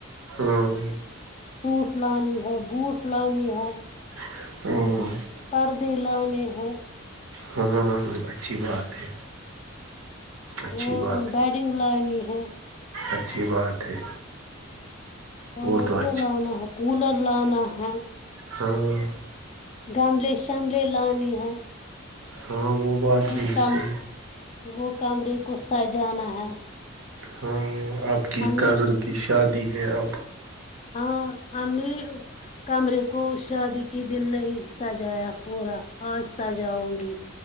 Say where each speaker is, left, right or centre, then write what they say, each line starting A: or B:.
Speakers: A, on the right; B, on the left.
A: ھم
B: سوٹ لانی ہے بوٹ لانی ہے
A: <inaudible>
B: پردے لانے ہیں
A: ہاں ہاں ہاں اچھی بات ہے اچھی
B: اور
A: بات
B: بیڈنگ لانی ہے
A: اچھی بات ہے وہ
B: اور
A: تو اچھا
B: کیا لانا ہے کولر لانا ہے
A: ہاں
B: گملے شملے لانی ہے
A: ہاں وہ بات
B: وہ
A: بھی ہے
B: کم
A: صحیح
B: وہ کمرے کو سجانا ہے
A: ہاں آپ کی
B: ہم
A: کزن
B: نے
A: کی شادی ہے آب
B: ہاں ہم نے کمرے کو شادی کے دن نہیں سجایا پورا آج سجاؤں گی